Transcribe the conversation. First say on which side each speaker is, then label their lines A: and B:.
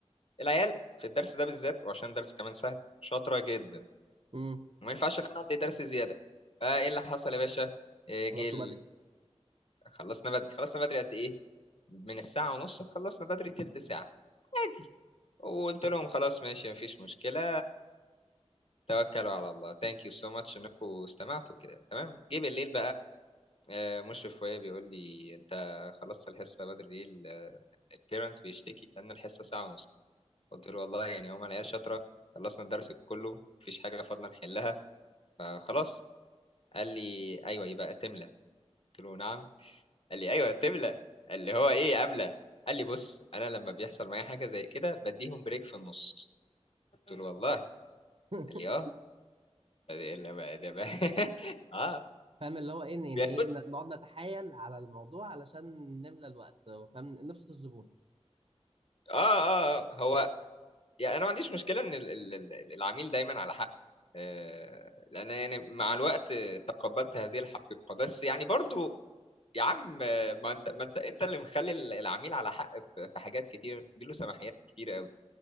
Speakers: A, on the left; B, on the right.
A: العيال في الدرس ده بالذات وعشان الدرس كمان سهل شاطره جدا
B: امم
A: وما ينفعش ان انا ادي درس زياده فايه اللي حصل يا باشا آه،
B: خلصته
A: جه
B: بدري
A: خلصنا بدري خلصنا بدري قد ايه من الساعة ونص خلصنا بدري تلت ساعة عادي وقلت لهم خلاص ماشي مفيش مشكلة توكلوا على الله ثانك يو سو ماتش انكم استمعتوا كده تمام جه بالليل بقى آه، مشرف وهي بيقول لي انت خلصت الحصة بدري ليه ال- البيرنت بيشتكي ان الحصه ساعه ونص قلت له والله يعني هما العيال شاطره خلصنا الدرس كله مفيش حاجه فاضله نحلها فخلاص قال لي ايوه يبقى تملى قلت له نعم قال لي ايوه تبلة اللي هو ايه قبلة قال لي بص انا لما بيحصل معايا حاجه زي كده بديهم بريك في النص قلت له والله
B: <laughs>
A: قال لي اه ده ده بقى ده بقى <laughs> اه
B: فاهم اللي هو ايه إن- يعني
A: يعني
B: ايه
A: بص
B: نقعد نتحايل على الموضوع علشان نملى الوقت فاهم نبسط الزبون
A: اه اه آه. هو يعني انا ما عنديش مشكله ان ال- ال- ال- العميل دايما على حق آه، لان يعني مع الوقت آه، تقبلت هذه الحقيقه بس يعني برضو يا عم آه، ما انت ما انت انت اللي مخلي العميل على حق في في حاجات كتير بتديله سماحيات كتير قوي